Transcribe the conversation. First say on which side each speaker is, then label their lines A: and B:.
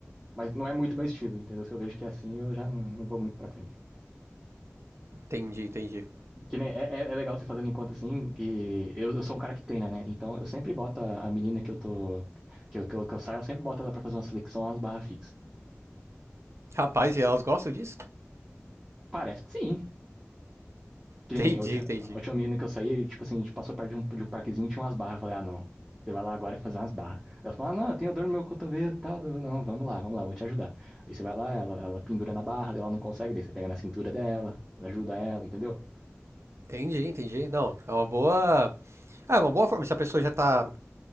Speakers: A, on the right; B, on the right.
A: Mas não é muito meu estilo, entendeu? Se eu vejo que é assim, eu já não, não vou muito pra frente.
B: entendi, entendi.
A: Que nem, é, é- é legal você fazendo em conta assim, que eu, eu sou um cara que treina, né? Então eu sempre boto a, a menina que eu tô. Que eu, que eu, que eu saio, eu sempre boto ela pra fazer uma seleção, umas barras fixas.
B: Rapaz, e elas gostam disso?
A: Parece que sim. Que
B: Entendi,
A: nem a última,
B: entendi.
A: a última menina que eu saí, tipo assim, a gente passou perto de um, de um parquezinho e tinha umas barras. Eu falei, ah, não. Você vai lá agora fazer umas barras. Ela falou, ah, não, eu tenho dor no meu cotovelo e tal. Eu, Não, vamos lá, vamos lá, vou te ajudar. Aí você vai lá, ela, ela pendura na barra, daí ela não consegue, daí você pega na cintura dela, ajuda ela, entendeu?
B: Entendi, entendi. Não, é uma boa. Ah, é uma boa forma. Se a pessoa já tá